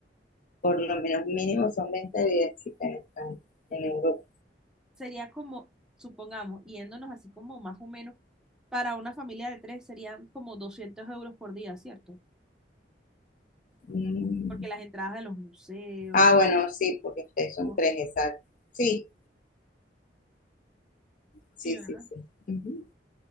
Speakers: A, on the left; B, in the centre.
A: Por lo menos mínimo son 20 días, chicas, en, España, en Europa.
B: Sería como, supongamos, yéndonos así como más o menos, para una familia de tres serían como 200 euros por día, ¿cierto?
A: Mm.
B: Porque las entradas de los museos.
A: Ah, bueno, sí, porque ustedes son
B: o-
A: tres, exacto. Sí, sí,
B: Sí, ¿verdad?
A: sí, sí. Ujú.